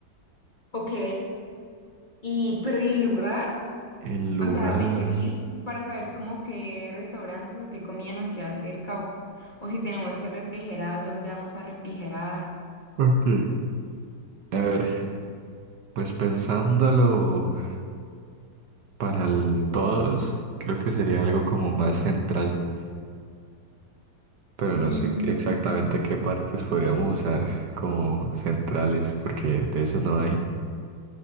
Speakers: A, on the left; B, on the right.
A: Ok. Y, pero ¿y el lugar?
B: El lugar.
A: O sea, veinte mil para saber como qué restaurantes o qué comida nos queda cerca o, o si tenemos que refrigerar, dónde vamos a refrigerar.
B: Ok. A ver, pues pensándolo para el todos, creo que sería algo como más central, pero
A: Mm,
B: no sé exactamente qué parques podríamos usar como centrales, porque de esos no hay.